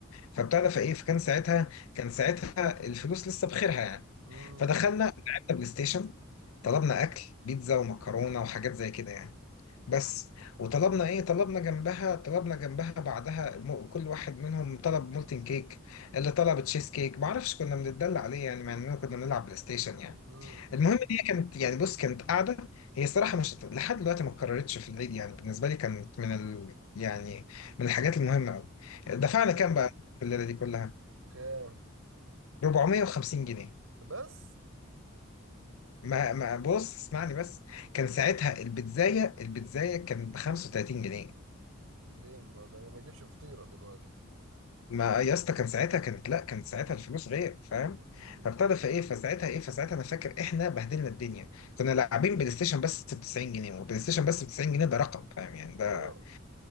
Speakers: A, on the left (about 80°); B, on the right (about 85°).
A: فبتاع ده فايه فكان ساعتها كان ساعتها الفلوس لسه بخيرها يعني
B: امم
A: فدخلنا لعبنا بلاي ستيشن طلبنا اكل بيتزا ومكرونه وحاجات زي كده يعني بس وطلبنا ايه طلبنا جنبها طلبنا جنبها بعدها م- كل واحد منهم طلب مولتن كيك اللي طلب تشيز كيك ما اعرفش كنا بنتدلع عليه يعني مع اننا كنا بنلعب بلاي ستيشن يعني
B: إمم.
A: المهم إن هي كانت يعني بص كانت قاعده هي الصراحه مش لحد دلوقتي ما اتكررتش في العيد يعني بالنسبه لي كانت من ال... يعني من الحاجات المهمه قوي دفعنا كام بقى في الليله دي كلها
B: اوكي
A: 450 جنيه
B: بس
A: ما ما بص اسمعني بس كان ساعتها البيتزايه البيتزايه كانت ب 35 جنيه
B: ليه ما ده انا ما اجيبش فطيره دلوقتي
A: ما يا اسطى كان ساعتها كانت لا كانت ساعتها الفلوس غير فاهم
B: يجي-
A: فابتدى فايه فساعتها ايه فساعتها انا فاكر احنا بهدلنا الدنيا كنا لاعبين بلاي ستيشن بس ب 90 جنيه وبلاي ستيشن بس ب 90 جنيه ده رقم فاهم يعني ده
B: ايوه